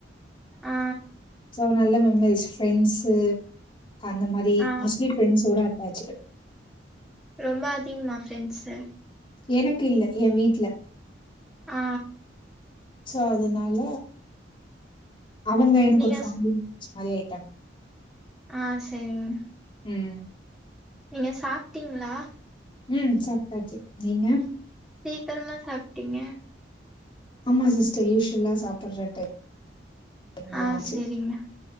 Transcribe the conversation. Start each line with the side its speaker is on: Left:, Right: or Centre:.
Centre: ஆ
Left: சோ நல்ல மெமரிஸ் ஃப்ரெண்ட்ஸ்சு அந்த மாதிரி
Centre: ஆ
Left: மோஸ்ட்லி ஃப்ரெண்ட்ஸ் ஓட பச்சிப்பு
Centre: ரொம்ப அதிகமா ஃப்ரெண்ட்ஸ்சு
Left: எனக்கு இல்ல எ வீட்ல
Centre: ஆ
Left: சோ அதனால அவங்க எனக்கு
Centre: நீங்க
Left: ஒரு ஃபேமிலி
Centre: ஸ்
Left: மாரி ஆயிட்டாங்
Centre: ஆ சேரிங்க
Left: ம்
Centre: நீங்க சாப்ட்டீங்களா
Left: ம் சாப்ட்டாச்சு நீங்க
Centre: சீக்கிரமா சாப்ட்டீங்க
Left: ஆமா சிஸ்டர் யூஷுவல்லா சாப்டுற டைம்
Centre: ஆ
Left: ஆச்சு
Centre: சேரிங்க